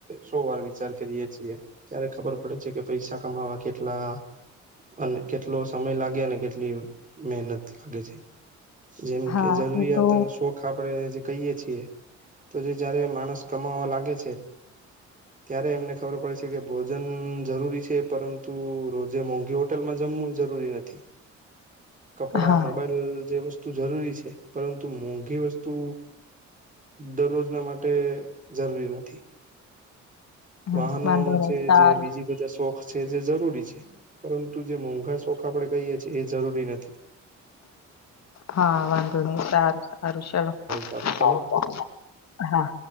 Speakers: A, on the right; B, on the left.
A: સો વાર વિચાર કરીએ છીએ ત્યારે ખબર પડે છે કે પૈસા કમાવા કેટલા અને કેટલો સમય લાગે અને કેટલી મહેનત લાગે છે. જેમ
B: હા
A: કે જરૂરિયાત
B: એ તો
A: અને શો ખ આપડે જે કહીએ છીએ તો જે જયારે માણસ કમાવા લાગે છે ત્યારે એમને ખબર પડે છે કે ભોજન જરૂરી છે પરંતુ રોજે મોંઘી હોટેલમાં જમવું એ જરૂરી નથી. કપડાં,
B: હા
A: મોબાઈલ જે વસ્ તો જરૂરી છે પરંતુ મોંઘી વસ્તુ દરરોજના માટે જરૂરી નથી.
B: હમ
A: વાહનો
B: વાંધો નહી
A: છે
B: સારું
A: જે બીજી બધા શોખ છે જે જરૂરી છે પરંતુ જે મોંઘા શોખ આપણે કહીએ છે એ જરૂરી નથી.
B: હા વાંધો નહીં સારું સારું
A: સારું ચાલો
B: ચલો હા.